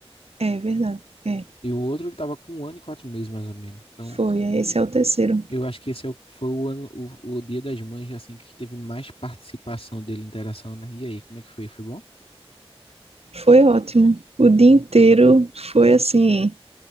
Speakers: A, on the right; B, on the left.
A: É verdade. É,
B: e o outro ele tava com um ano e quatro meses, mais ou menos. Então,
A: foi. aí Esse é o terceiro.
B: Eu acho que esse é o, foi o ano, o, o Dia das Mães, assim, que teve mais participação dele, interação, né? E aí, como é que foi? Foi bom?
A: Foi ótimo. O dia inteiro foi assim.